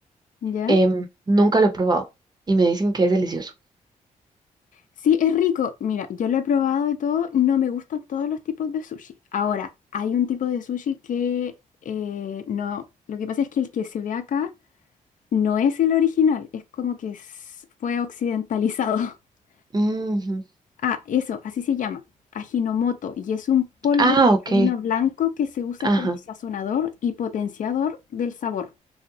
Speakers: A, on the left; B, on the right.
A: ¿Ya?
B: em, nunca lo he probado y me dicen que es delicioso.
A: Sí, es rico. Mira, yo lo he probado y todo, no me gustan todos los tipos de sushi. Ahora, hay un tipo de sushi que eh, no, lo que pasa es que el que se ve acá no es el original, es como que s- fue occidentalizado. <laughs>
B: Ujú.
A: Ah, eso, así se llama, Ajinomoto, y es un polvo
B: Ah,
A: cristalino
B: ok.
A: blanco que se usa
B: Ajá.
A: como sazonador y potenciador del sabor.